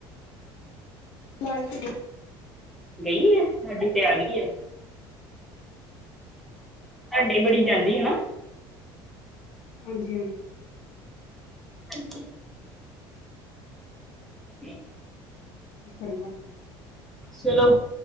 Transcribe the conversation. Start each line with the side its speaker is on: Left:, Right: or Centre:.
Left: ਲਾਈਟ
Centre: ਗਈ ਐ, ਸਾਡੀ ਤੇ ਆ ਗਈ ਐ। ਸਾਡੇ ਬੜੀ ਜਾਂਦੀ ਹੈਨਾ।
Left: ਹਾਂਜੀ-ਹਾਂਜੀ।
Centre: ਹਾਂਜੀ। ਤੇ
Left: ਕੀ ਕਰਨਾ
Centre: ਸਲੋ